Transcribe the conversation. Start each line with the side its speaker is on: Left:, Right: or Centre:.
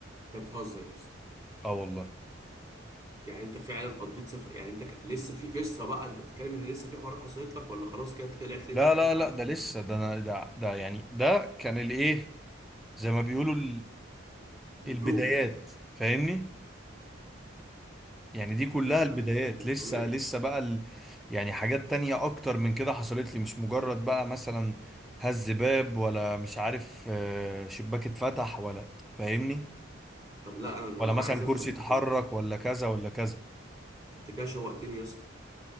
Right: انت بتهزر يا اسطى
Centre: اه والله
Right: يعني انت فعلا قضيت سفر يعني انت ك... لسه في قصه بقى انت بتتكلم ان لسه في حوارات حصلت لك ولا خلاص كده طلعت لقيت
Centre: لا
Right: الحاجات
Centre: لا
Right: حل
Centre: لا ده لسه ده انا ده ده يعني ده كان الايه زي ما بيقولوا ال-
Right: البرومو
Centre: البدايات فاهمني يعني دي كلها
Right: لا
Centre: البدايات
Right: لا انت انت مش
Centre: لسه
Right: طبيعي
Centre: لسه بقى ال... يعني حاجات تانية اكتر من كده حصلت لي مش مجرد بقى مثلا هز باب ولا مش عارف آه، شباك اتفتح ولا فاهمني
Right: طب لا انا طب
Centre: ولا
Right: انا
Centre: مثلا
Right: عايز افهم
Centre: كرسي اتحرك
Right: لا
Centre: ولا كذا ولا كذا
Right: انت كده شوقتني يا اسطى